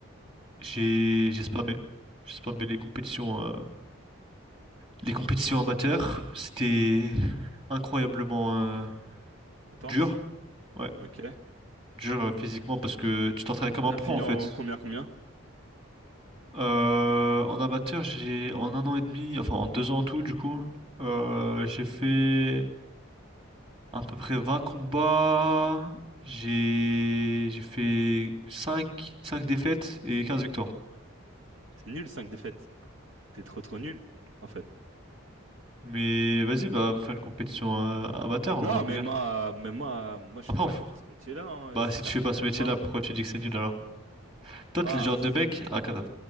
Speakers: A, on the right (about 25°); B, on the right (about 65°).
A: j'ai j'ai spammé. J'ai spammé les compétitions, euh, les compétitions amateurs. C'était incroyablement euh,
B: Attends.
A: dur. Ouais,
B: Ok. Et
A: dur euh, physiquement parce que tu t'entraînes comme
B: T'as
A: un pro
B: fini
A: en fait.
B: en combien, combien?
A: Euh, en amateur, j'ai en un an et demi, enfin en deux ans en tout du coup, euh, j'ai fait à peu près 20 combats. J'ai j'ai fait cinq cinq défaites et 15 victoires.
B: C'est nul, 5 défaites. T'es trop, trop nul, en fait.
A: Mais vas-y, bah va faire une compétition euh, amateur, on
B: Non,
A: en régale.
B: mais moi, mais moi, moi, je
A: Après,
B: fais pas
A: on...
B: du tout ce métier-là, hein.
A: bah
B: Ça
A: si tu fais
B: m'intéresse
A: pas ce métier-là,
B: pas.
A: pourquoi tu dis que c'est nul alors? Toi,
B: Ah,
A: t'es le genre
B: ça
A: de mec,
B: me...
A: ah, attends, attends.